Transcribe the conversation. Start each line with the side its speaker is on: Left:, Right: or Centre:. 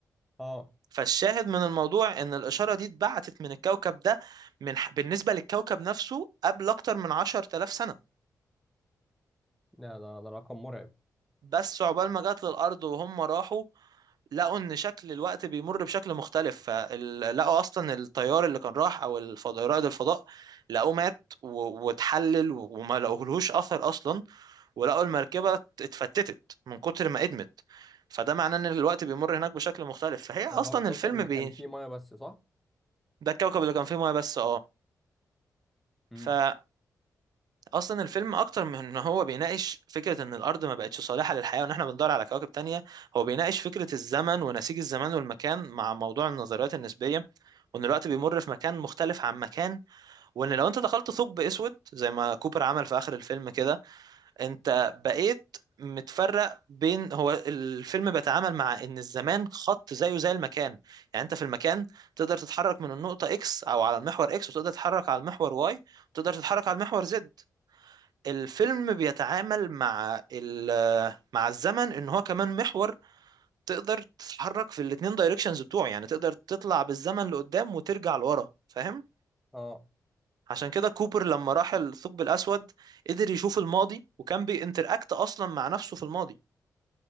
Centre: اه
Right: فالشاهد من الموضوع ان الاشاره دي اتبعتت من الكوكب ده من بالنسبه للكوكب نفسه قبل اكتر من 10000 سنه
Centre: لا ده ده رقم مرعب
Right: بس عقبال ما جت للأرض وهم راحوا لقوا إن شكل الوقت بيمر بشكل مختلف فلقوا أصلا الطيار اللي كان راح أو الفضاء رائد الفضاء لقوه مات و- واتحلل وما لقوهلوش أثر أصلا ولقوا المركبة اتفتتت من كتر ما ادمت فده معناه إن الوقت بيمر هناك بشكل مختلف فهي
Centre: ده
Right: أصلا
Centre: اللي هو الكوكب
Right: الفيلم
Centre: اللي
Right: بي
Centre: كان فيه ميه بس صح
Right: ده الكوكب اللي كان فيه ميه بس
Centre: امم
Right: اه اصلا الفيلم اكتر من ان هو بيناقش فكره ان الارض ما بقتش صالحه للحياه وان احنا بندور على كواكب تانية هو بيناقش فكره الزمن ونسيج الزمان والمكان مع موضوع النظريات النسبيه وان الوقت بيمر في مكان مختلف عن مكان وان لو انت دخلت ثقب اسود زي ما كوبر عمل في اخر الفيلم كده انت بقيت متفرق بين هو الفيلم بيتعامل مع ان الزمان خط زيه زي المكان يعني انت في المكان تقدر تتحرك من النقطة اكس او على المحور اكس وتقدر تتحرك على المحور واي وتقدر تتحرك على المحور Z الفيلم بيتعامل مع ال- مع الزمن ان هو كمان محور تقدر تتحرك في الاتنين دايركشنز بتوعه يعني تقدر تطلع بالزمن لقدام وترجع لورا فاهم
Centre: اه
Right: عشان كده كوبر لما راح الثقب الاسود قدر يشوف الماضي وكان بينتراكت اصلا مع نفسه في الماضي